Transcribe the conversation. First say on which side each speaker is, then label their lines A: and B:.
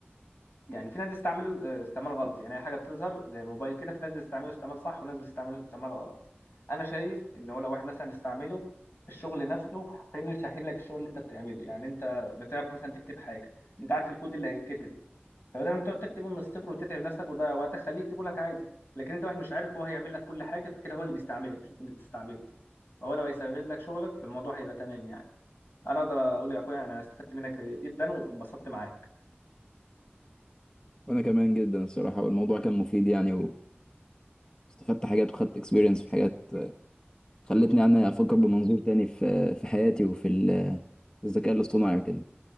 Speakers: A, on the left; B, on the left.
A: يعني في ناس بيستعملوا آه، استعمال غلط يعني اي حاجه بتظهر زي الموبايل كده في ناس بتستعمله استعمال صح وناس بتستعمله استعمال غلط انا شايف ان هو لو واحد مثلا استعمله في الشغل نفسه فانه يسهل لك الشغل اللي انت بتعمله يعني انت بتعرف مثلا تكتب حاجه انت عارف الكود اللي هيتكتب فبدل ما انت تقعد تكتبه من الصفر وتتعب نفسك وتضيع وقتك خليه يكتبه لك عادي لكن انت واحد مش عارف هو هيعمل لك كل حاجه فكده هو اللي بيستعملك مش انت اللي بتستعمله فهو لو هيسهل لك شغلك فالموضوع هيبقى تمام يعني انا اقدر اقول يا اخويا يعني انا استفدت منك جدا وانبسطت معاك
B: وأنا كمان جدا الصراحة والموضوع كان مفيد يعني واستفدت حاجات وخدت اكسبيرينس في حاجات خلتني يعني أفكر بمنظور تاني في في حياتي وفي ال- في الذكاء الاصطناعي وكده